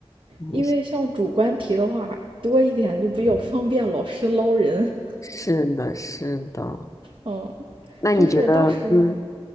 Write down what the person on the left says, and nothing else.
嗯
是的，是的。
那你觉得，
嗯，